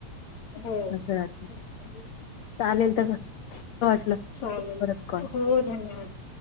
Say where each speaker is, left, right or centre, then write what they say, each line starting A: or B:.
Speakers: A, on the left; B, on the left.
A: हो.
B: असं राहत
A: बरोबरय.
B: चालेल तर वाटलं
A: चालेल.
B: परत कॉल
A: हो, धन्यवाद.